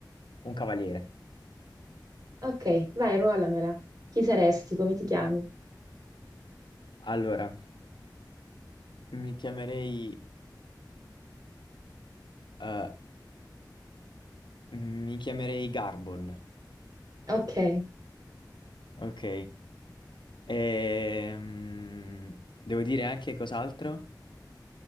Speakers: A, on the left; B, on the right.
A: un cavaliere.
B: Ok, vai, ruolamela. Chi saresti? Come ti chiami?
A: Allora, mi chiamerei, eh, mi chiamerei Garbol.
B: Ok.
A: Ok. Ehm, devo dire anche cos'altro?